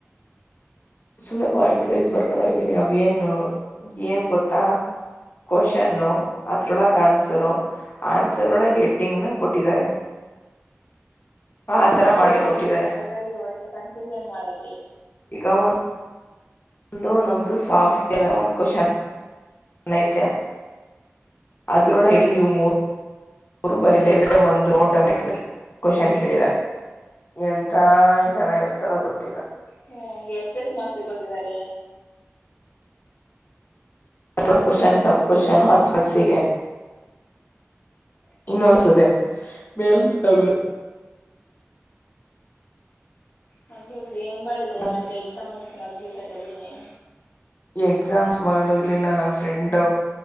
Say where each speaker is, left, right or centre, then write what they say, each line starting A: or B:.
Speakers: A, on the left; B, on the left.
A: ಸುಮ್ನೆ ಪಾಯಿಂಟ್ ವೈಸ್ ಬರ್ಕೊಂಡು ಹೋಗನಿ ಏನು ಏನ್ ಗೊತ್ತಾ ಕೋಷನ್ ಅದ್ರೊಳಗ ಆನ್ಸರು ಆನ್ಸರ್ ಒಳಗ ಹೆಡ್ಡಿಂಗ್ ನ ಕೊಟ್ಟಿದ್ದಾರೆ ಆತರ
B: ಓ
A: ಮಾಡಿ ಕೊಟ್ಟಿದ್ದಾರೆ
B: ಅದ್ರಾಗೆ ಒಟ್ಟು ಕನ್ಫ್ಯೂಷನ್ ಮಾಡಕ್ಕೆ
A: ಯಾವನ್ ಒಂದು ನಮ್ದು ಸಾಫ್ಟ್ ಇರೋದು ಒಂದು ಕೋಷನ್ ನೈತ್ಯ ಅದ್ರ ಹೊಳಗೆ ಹೆಡ್ಡಿಂಗ್ ಈ ಮೊರ್ ಅವರು ಬರೀಲೇಬೇಕ ಒಂದು ನೋಟನ್ ಹಾಕಿದರೆ ಕೋಷನ್ ಕೇಳಿದ್ದಾರೆ ಎಂತ ಜನ ಇರ್ತಾರೋ ಗೊತ್ತಿಲ್ಲ
B: ಹ್ಮ ಅವಂಗೆ ಎಷ್ಟ ಎಷ್ಟು ಮಾರ್ಕ್ಸ್ ಗೆ ಕೊಟ್ಟಿದ್ದಾರೆ
A: ಎ ಕ್ವಶನ್ ಸಬ್ ಕ್ವಶನ್ ಹತ್ ಮಾರ್ಕಸಿಗೆ ಇನ್ನೊಂದು ಅಂದ್ರೆ ಅದೆ ಮೇುದು
B: ಹಂಗ ಹೋಗಡಿ ಏನ್ ಮಾಡಿದ್ರ
A: ಮತ್
B: ಮತ್ತೆ ಎಕ್ಸಾಮ್ ಮುಗೀಸ್ ಮಲಗಿ ಬಿಟ್ಟರಾ ಜಲ್ದಿನೆ
A: ಈ ಎಕ್ಸಾಮ್ಸ್ ಮನೆಗೆ ಹೋಗಲಿಲ್ಲ ನಮ್ ಫ್ರೆಂಡ್